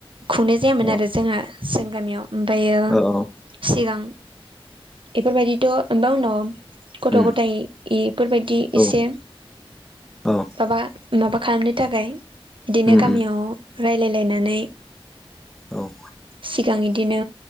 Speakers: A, on the right (about 60°); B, in the centre.
A: खुंनाय जायामोन
B: औ
A: आरो जोंहा जों गामियाव ओमफ्रायो
B: औ औ
A: सिगां बेफोरबायदिथ' बा उनाव गथ'
B: उम
A: गथाइ इफोरबायदि
B: औ
A: एसे
B: औ
A: माबा माबा खालामनो थाखाय बिदिनो
B: उम
A: गामियाव
B: उम
A: रायलायलायनानै
B: औ
A: सिगां बिदिनो